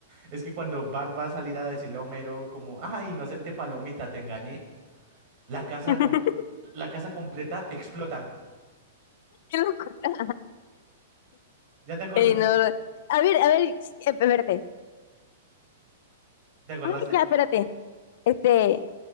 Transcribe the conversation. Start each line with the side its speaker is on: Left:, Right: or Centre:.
Right: Es que cuando Bart va a salir a decirle a Homero como, ah, inocente palomita, te engañé, la casa,
Left: <laughs>
Right: com- la casa completa explota.
Left: Qué locura.
Right: ¿Ya te acordaste?
Left: Ey, no, lo- a ver, a ver, ch- eh, espérate.
Right: ¿Te acordaste?
Left: Ah, ya, espérate. Este,